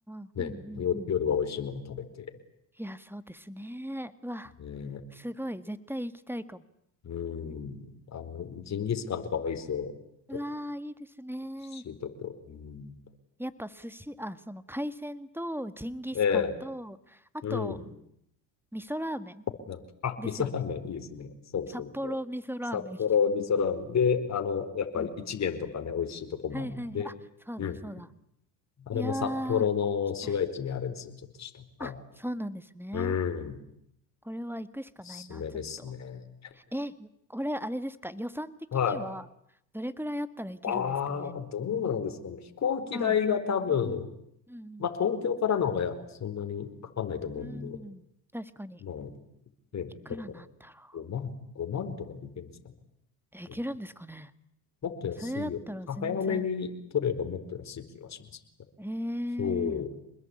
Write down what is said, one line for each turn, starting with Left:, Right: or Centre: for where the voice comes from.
Centre: あ、
Left: ね、
Centre: うんうんうん。
Left: 夜、夜は美味しいもの食べて、
Centre: いや、そうですね。うわ、
Left: ね、
Centre: すごい、絶対行きたいかも。
Left: うん。あの、ジンギスカンとかもいいですよ。と、
Centre: うわー、いいですね。
Left: シートと、うん。
Centre: やっぱ寿司、あ、その海鮮とジンギスカンと、
Left: ええ、
Centre: あと、
Left: うん。
Centre: 味噌ラーメン
Left: なんか、あ、
Centre: ですよね。
Left: 味噌ラーメンいいですね。そうそうそう。
Centre: 札幌味噌ラーメン。
Left: 札幌味噌ラーメンで、あの、やっぱり一元とかね、
Centre: <laughs>
Left: 美味しいとこもあるんで、
Centre: はいはいはい。あ、そうだそうだ。
Left: うん。あれも札幌の市街地にあるんですよ、
Centre: いやー、行きたい。
Left: ちょっとした。はい。
Centre: あ、そうなんですね。
Left: うん。
Centre: これは行くしかないな、
Left: おすすめですね。
Centre: ちょっと。え、これあれですか予算的には、
Left: は
Centre: どれくらいあったらいけるんですかね
Left: い。ああ、どうなんですかね。飛行機代が多分、
Centre: まあ、本当に、うん
Left: まあ東京からの方がやそんなにかかんないと思うんで、
Centre: うん、うん、確かに。
Left: まあ、ね、
Centre: いくらなんだろ
Left: だから5万、5万とかでいけるんですかね。
Centre: う。え、いけるんですかね
Left: うんもっと安いよ。
Centre: それだったら全然。
Left: は早めに取ればもっと安い気がしますね。
Centre: えー、
Left: そう。